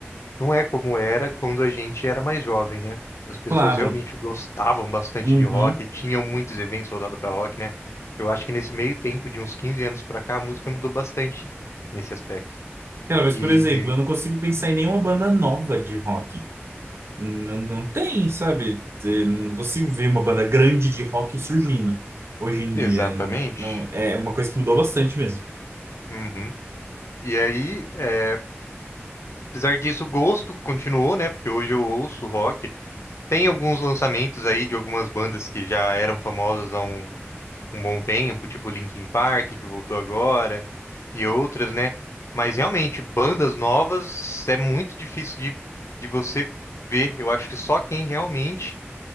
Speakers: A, on the left (about 80°); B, on the right (about 65°).
A: Não é como era quando a gente era mais jovem, né? As pessoas
B: Claro.
A: realmente gostavam bastante
B: Uhum.
A: de rock, tinham muitos eventos voltados para rock, né? Eu acho que nesse meio tempo, de uns 15 anos para cá, a música mudou bastante nesse aspecto.
B: Cara, mas
A: E
B: por exemplo, eu não consigo pensar em nenhuma banda nova de rock. Não, não tem, sabe? Eh, Não consigo ver uma banda grande de rock surgindo hoje em
A: exatamente.
B: dia. Não, é uma coisa que mudou bastante mesmo.
A: Uhum. E aí, é, apesar disso, o gosto continuou, né? Porque hoje eu ouço rock. Tem alguns lançamentos aí de algumas bandas que já eram famosas há um um bom tempo, tipo Linkin Park, que voltou agora, e outras, né? Mas realmente, bandas novas é muito difícil de, de você ver. Eu acho que só quem realmente